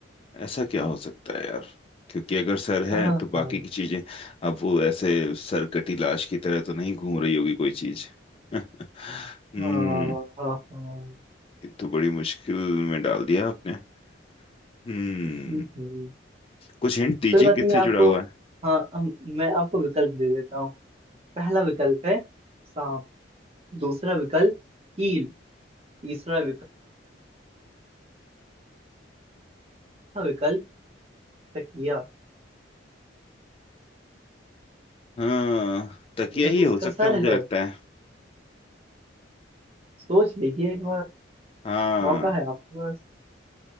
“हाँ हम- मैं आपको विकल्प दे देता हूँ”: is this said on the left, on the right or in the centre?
Right